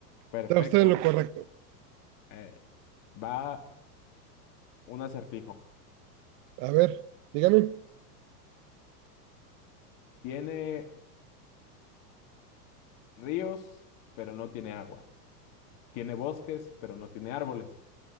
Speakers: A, on the left (about 45°); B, on the right (about 40°).
A: Perfecto.
B: Está usted en lo correcto.
A: Eh, va un acertijo.
B: A ver, dígame.
A: Tiene ríos, pero no tiene agua. Tiene bosques, pero no tiene árboles.